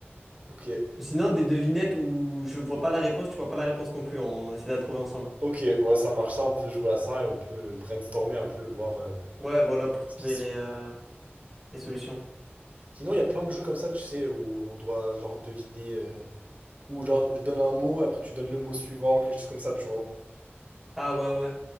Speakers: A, on the right; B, in the centre.
A: Ok.
B: Sinon, des devinettes où je vois pas la réponse, tu vois pas la réponse non plus. On essaie de la trouver ensemble.
A: Ok, ouais, ça marche ça, on peut jouer à ça et on peut brainstormer un peu, voir euh,
B: Ouais, voilà, pour trouver
A: ce qui se
B: les,
A: fait.
B: euh, les solutions.
A: Sinon, il y a plein de jeux comme ça, tu sais, où on doit genre deviner. euh, Ou genre, je donne un mot, après tu donnes le mot suivant, quelque chose comme ça, tu vois.
B: Ah ouais, ouais,